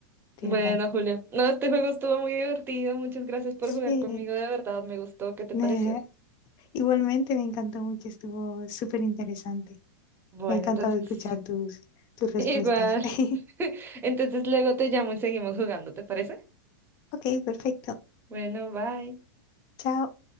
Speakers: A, on the left (about 40°); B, on the right (about 20°).
A: tienes
B: Bueno,
A: razón.
B: Julio. No, este juego estuvo muy divertido. Muchas gracias por
A: Sí,
B: jugar conmigo. De verdad, me gustó.
A: <laughs>
B: ¿Qué te
A: Eh,
B: pareció?
A: Igualmente me encantó mucho, estuvo súper interesante.
B: Bueno,
A: Me ha encantado
B: entonces,
A: escuchar tus, tus respuestas.
B: igual.
A: <laughs>
B: <laughs> Entonces luego te llamo y seguimos jugando, ¿te parece?
A: Ok, perfecto.
B: Bueno, bye.
A: Chao.